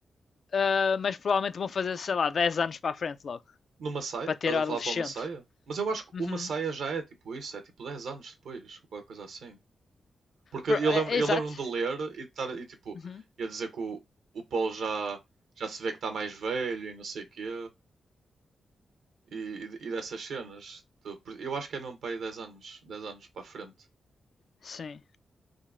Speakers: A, on the left; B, on the right.
A: Ah, mas provavelmente vão fazer, sei lá, 10 anos para a frente logo.
B: No Massaia?
A: para
B: Estás
A: ter o
B: a
A: adolescente.
B: falar para o Massaia? Mas eu acho que
A: Uhum.
B: o Massaia já é tipo isso, é tipo 10 anos depois, ou qualquer coisa assim. Porque
A: Pro-
B: eu
A: é-
B: lembro,
A: é
B: eu
A: exato.
B: lembro-me de ler e de estar, e tipo,
A: Uhum.
B: ia dizer que o, o Paul já, já se vê que está mais velho e não sei o quê, e, e- e dessas cenas. Do- por- Eu acho que é mesmo para aí 10 anos, 10 anos para a frente.
A: Sim.